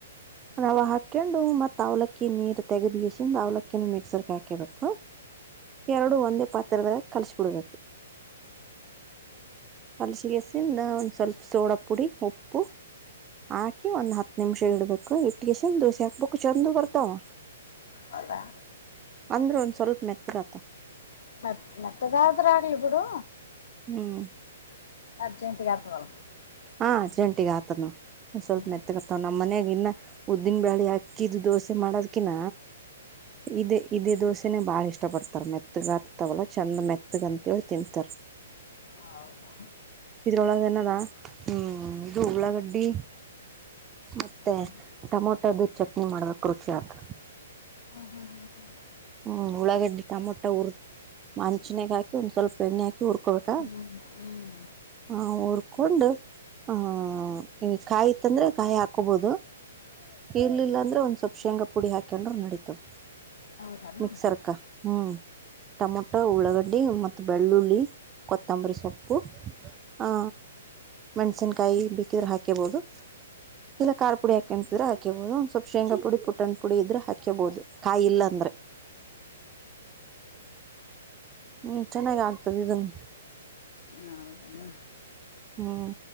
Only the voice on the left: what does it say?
ಹೌದಾ
ಮತ್ತ್ ಮೆತ್ತಗಾದ್ರೆ ಆಗ್ಲಿ ಬಿಡು
ಅರ್ಜೆಂಟಿಗೆ ಆತದಲ್ಲ
ಹ್ಮ್
ಹೌದಾ
ಹ್ಮ್
ಹ್ಮ್ ಹ್ಮ್
ಹ್ಮ್ ಹ್ಮ್ ಹ್ಮ್
ಹೌದಾನ
ಹೌದಲ್ಲ